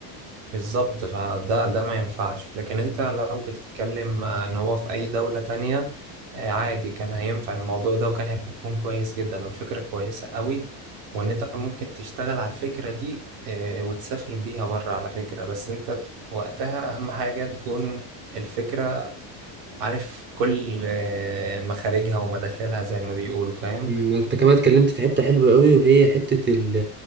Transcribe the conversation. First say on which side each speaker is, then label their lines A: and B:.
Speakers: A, on the right; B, on the right.
A: بالظبط فده ده ما ينفعش لكن انت لو بتتكلم آه، ان هو في اي دولة تانية آه عادي كان هينفع الموضوع ده وكان هيكون كويس جدا والفكرة كويسة قوي وان انت ممكن تشتغل على الفكرة دي آه وتسافر بيها بره على فكرة بس انت ت- وقتها اهم حاجة تكون الفكرة عارف كل آه، مخارجها ومداخلها زي ما بيقولوا فاهم
B: مم، انت كمان اتكلمت في حتة حلوة قوي وهي حتة ال